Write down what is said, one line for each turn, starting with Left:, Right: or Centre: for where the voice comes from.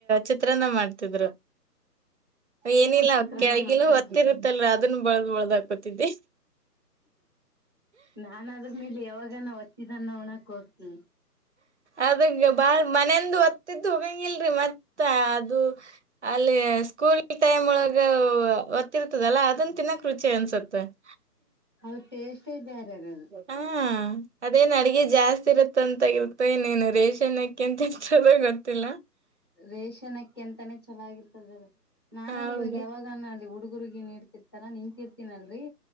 Right: ಚಿತ್ರನ್ನ ಮಾಡ್ತಿದ್ರು. ಏನಿಲ್ಲ
Left: ಹ್ಮ ಚಿತ್ರಾನ್ನ
Right: ಕೆಳಗಿನ
Left: ಮಾಡ್ತಾರ
Right: ಹೊತ್ತಿರುತ್ತಲ್ಲ ಅದನ್ನು ಬಳ್ದ್ ಬಳ್ದ ಹಾಕೊತಿದ್ದಿ.
Left: ನಾನ್ ಅದ್ರ ಮೇಲೆ ಯಾವಾಗಾನ ಹೊತ್ತಿದನ್ನ ಉಣಕ್ ಹೋತೀನಿ.
Right: ಅದಗ ಬಾಳ್ ಮನೆಂದು ಹೊತ್ತಿದ್ದು ಹೋಗಂಗಿಲ್ರಿ ಮತ್ತ ಅದು ಅಲ್ಲಿ ಸ್ಕೂಲ್ ಟೈಮ್ ಒಳಗ ಒತ್ತಿರ್ತದಲ್ಲ ಅದನ್ ತಿನ್ನೋಕ್ ರುಚಿ ಅನ್ಸುತ್ತೆ. <inaudible>
Left: ಅದ ಟೇಸ್ಟ್ ಬೇರೆ ಅದ.
Right: ಹಾ. ಅದೇನ್ ಅಡಗೆ ಜಾಸ್ತಿ ಇರುತ್ತ ಅಂತಾಗಿರ್ತ ನೀನು ರೇಷನ್ಕ್ಕಿ ಅಂತತ್ತದ ಗೊತ್ತಿಲ್ಲ.
Left: ರೇಷನ ಅಕ್ಕೆ ಎಂತಾನೇ ಚಲಾಗಿರ್ತದ ಅದ ನಾನು
Right: ಹೌದು
Left: ಇವಾಗ ಯಾವಾಗ <unintelligible> ಅಲ್ಲಿ ಹುಡುಗುರ್ಗಿನ್ ನೀಡ್ತಿರ್ತಾರ ನಿನ್ಂತರ್ತನಲ್ರರಿ.